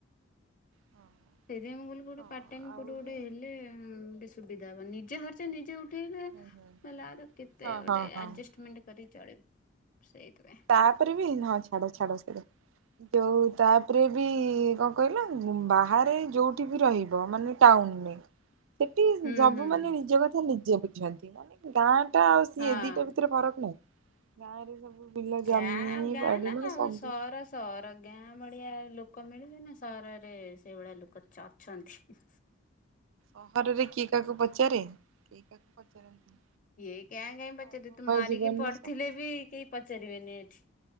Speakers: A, on the right; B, on the left.
A: ହଁ।
B: ସେଇଥିପାଇଁ ମୁଁ କହିଲି କୋଉଠି ଗୋଟେ
A: ହଁ
B: ପାର୍ଟ ଟାଇମ୍
A: ଆଉ
B: କୋଉଠି ଗୋଟେ
A: ବି
B: ହେଲେ ଗୋଟେ ସୁବିଧା ହବ ନିଜ ଖର୍ଚ୍ଚ ନିଜେ ଉଠେଇଲେ
A: ହୁଁ
B: କହିଲାରୁ
A: ହୁଁ
B: କେତେ
A: ହଁ
B: ଗୋଟେ
A: ହଁ ହଁ।
B: ଆଡଜଷ୍ଟ୍
A: ଆଉ
B: ମେଣ୍ଟ୍ କରିକି ଚଳିବୁ। ସେଇଥିପାଇଁ।
A: ତାପରେ ବି, ହଁ ଛାଡ ଛାଡ ସେକଥା। ଦୋଉ ତାପରେ ବି କଣ କହିଲ, ବାହାରେ ଯୋଉଠି ବି ରହିବ ମାନେ ଟାଉନରେ। ସେଠି
B: ହୁଁ
A: ସବୁ
B: ହୁଁ
A: ମାନେ
B: ହୁଁ
A: ନିଜ କଥା ନିଜେ ବୁଝନ୍ତି। ଗାଁ ଟା ଆଉ ସିଏ
B: ହଁ
A: ଦିଟା ଭିତରେ ଫରକ ନାହିଁ, ଗାଁ ରେ ସବୁ। ବିଲ
B: ଗାଁ
A: ଜମି
B: ଆଉ ଗାଁ
A: ବାଡି
B: ନା
A: ମାନେ
B: ଆଉ
A: ସବୁ
B: ସହର ସହର ଗାଁ ଭଳିଆ ଆଉ ଲୋକ ମିଳିବେ ନା। ସହରରେ ସେଇଭଳିଆ ଲୋକ ଚ- ଚନ୍ତି।
A: ସହରରେ କିଏ କାହାକୁ ପଚାରେ, କିଏ କାହାକୁ ପଚାରନ୍ତି।
B: କିଏ କାଇଁ କାହାକୁ ପଚାରିବେ, ତୁ ମରିକି
A: ଜୀବନରେ
B: ପଡି
A: ସ
B: ଥିଲେ ବି ପଚାରିବେନି ଏଠି,